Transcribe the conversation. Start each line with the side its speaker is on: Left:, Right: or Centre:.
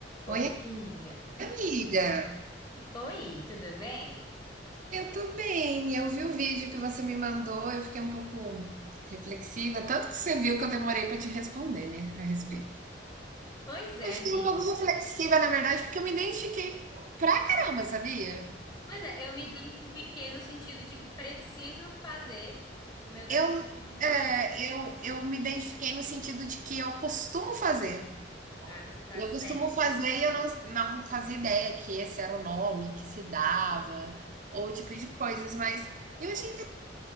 Left: Oi,
Right: Oi,
Left: amiga.
Right: amiga.
Left: Oi, tudo bem?
Right: Eu tô bem. Eu vi o vídeo que você me mandou, eu fiquei um pouco reflexiva, tanto que você viu que eu demorei para te responder, né, a respeito.
Left: Pois é,
Right: Eu fiquei
Left: amiga.
Right: um pouco reflexiva, na verdade, porque eu me identifiquei pra caramba, sabia?
Left: Pois é, eu me identifiquei no sentido de que preciso fazer meu detox
Right: Eu,
Left: digital.
Right: é, eu, eu me identifiquei no sentido de que eu costumo fazer.
Left: Ah, você tá
Right: Eu
Left: certíssima.
Right: costumo fazer e eu não, não fazia ideia que esse era o nome que se dava, ou o tipo de coisas, mas eu achei